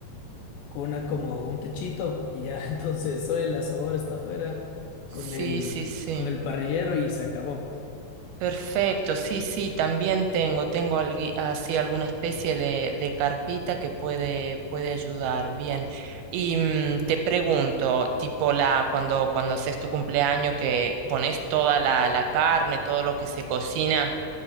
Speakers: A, on the left; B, on the right.
A: con una como un techito y ya, <laughs> entonces solo el asador está afuera
B: Sí,
A: con el,
B: sí, sí.
A: con el parrillero y se acabó.
B: Perfecto, sí, sí, también tengo, tengo algui- así alguna especie de, de carpita que puede, puede ayudar, bien. Y mm, te pregunto, tipo la, cuando, cuando haces tu cumpleaños, que pones toda la, la carne, todo lo que se cocina,